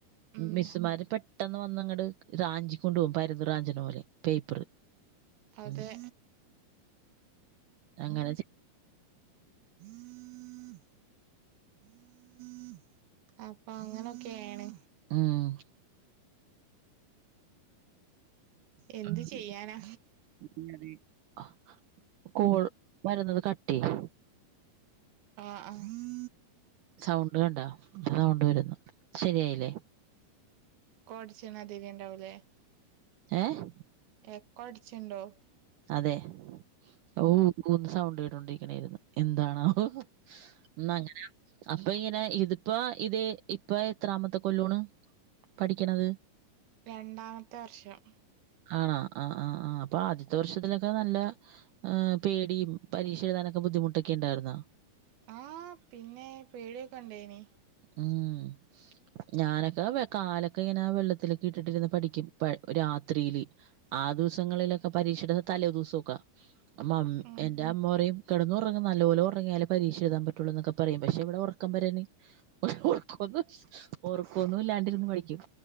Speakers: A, on the right; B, on the right.
A: ഉം
B: മിസ്സ്മാര് പെട്ടെന്ന് വന്നങ്ങ്ട് റഞ്ചിക്കൊണ്ട് പോകും പര്ന്ത്‌ റാഞ്ച്ണ പോലെ പേപ്പറ്
A: അതെ
B: മ് അങ്ങന ചെ
A: <unintelligible> അപ്പ അങ്ങനൊയൊക്കെയെണ്
B: ഉം
A: എന്ത്
B: <unintelligible>
A: ചെയ്യാനാ
B: കോൾ വരുന്നത് കട്ടയ്യ്
A: ആ ആഹ്
B: സൗണ്ട് കണ്ട സൗണ്ട് വരുന്നു ശെരിയായില്ലേ
A: കോൾ ടിച്ച്ണെ <unintelligible> ണ്ടാവുലേ
B: ഏഹ്
A: എക്കോ അടിച്ണ്ടോ
B: അതെ ഊ ഊഹ് ന്ന് സൗണ്ട് കേട്ടൊണ്ടിരിക്കണായിരുന്ന്. എന്താണാവോ മ് അങ്ങനെ അപ്പൊ ഇങ്ങനെ ഇതിപ്പ ഇതെ ഇപ്പ എത്രാമത്തെ കൊല്ലോണ് പഠിക്ക്യ്ണത്?
A: രണ്ടാമത്തെ വർഷം.
B: ആണാ? ആഹ് ആഹ് ആഹ് അപ്പൊ ആദ്യ ത്തെ വർഷത്തിലൊക്കെ നല്ല ഏഹ് പേടിയും പരീക്ഷ എഴുതാനൊക്കെ ബുദ്ധിമുട്ടൊക്കെ ഉണ്ടായിരുന്നൊ?
A: ആഹ് പിന്നേ പേടിയൊക്കെ ഇണ്ടേയ്നി.
B: ഊമ് ഞാനൊക്കെ വെ കാലൊക്കെ ഇങ്ങനെ വെള്ളത്തിലൊക്കെ ഇട്ടിട്ടിരുന്ന് പഠിക്കും പ രാത്രിയില്. ആ ദുവസങ്ങളിലൊക്കെ പരീക്ഷയിടുന്ന തലേ ദിവസൊക്കെ മമ്
A: ഉം
B: എന്റെ അ മ്മ പറയും കെടന്ന് ഉറങ്ങ് നല്ല പോലെ ഉറങ്ങിയാലെ പരീക്ഷ എഴുതാൻ പറ്റുള്ളൂ എന്നൊക്കെ പറയും പക്ഷെ എവിടെ ഉറക്കം വരാന് ഉറക്കൊന്നും ഉറക്കൊ ഒന്നു ഇല്ലാണ്ടിരുന്ന് പഠിക്കും